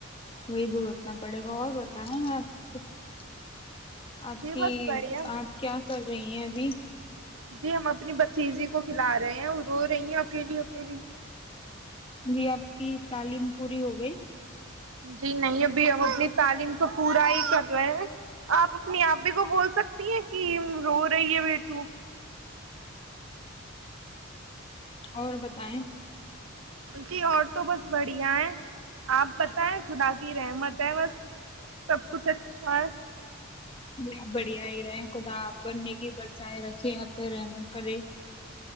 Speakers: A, on the left; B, on the right.
A: وہی بگتنا پڑے گا اور بتائیں آپ <unintelligible> آپ
B: جی
A: کی
B: بس بڑھیا
A: آپ کیا کر رہی ہیں ابھی
B: جی ہم اپنی ب تیزی کو کھلا رہے ہیں اور روز رہی اگے لی اگے بھی
A: جی آب کی تعلیم پوری ہو گئی
B: جی نہیں ابھی ہم اپنی تعلیم کو پورا ہی کر رہے ہیں آپ اپنی آپے کو بول سکتی ہیں کہ رو رہی ہے بیٹو
A: اور بتائیں
B: جی اور تو بس بڑھیا ہے آپ بتائیں خدا کی رحمت ہے بس سب کچھ اچھا ہے
A: یہ آپ بڑھیا ہی رہے خدا آپ نگی برسائیں رکھے آپ پہ رحم کرے